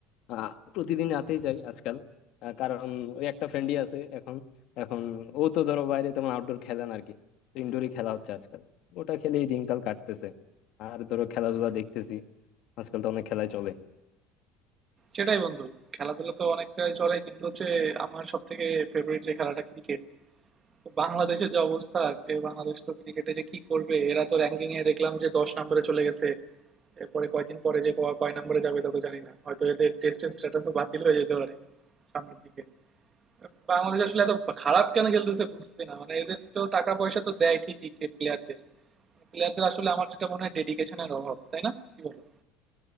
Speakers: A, on the left; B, on the right.
A: আহ প্রতিদিন রাতেই যাই আজকাল আহ, কারণ ওই একটা ফ্রেন্ডই আছে এখন এখন ও তো ধরো বাইরে তেমন আউটডোর খেলে না আরকি ইনডোরই খেলা হচ্ছে আজকাল ওটা খেলেই দিনকাল কাটতেছে আর ধরো খেলাধুলা দেখতেছি আজকাল তো অনেক খেলাই চলে
B: সেটাই বন্ধু খেলাধুলা তো অনেকটাই চলে কিন্তু হচ্ছে আমার সব থেকে ফেভারিট যে খেলাটা ক্রিকেট তো বাংলাদেশের যে অবস্থা এ বাংলাদেশ তো ক্রিকেটে যে কি করবে এরা তো র্যাঙ্কিং এ দেখলাম যে দশ নম্বরে চলে গেছে এরপরে কয়দিন পরে যে ক- কয় নম্বরে যাবে তা তো জানি না হয়তো এদের টেস্টের স্ট্যাটাসও বাতিল হয়ে যেতে পারে সামনের দিকে বাংলাদেশ আসলে এত খারাপ কেন খেলতেছে বুঝতেছি না মানে এদের তো টাকা পয়সা তো দেয় ঠিকই প্লেয়ারদের প্লেয়ারদের আসলে আমার যেটা মনে হয় ডেডিকেশনের অভাব তাই না কি বলো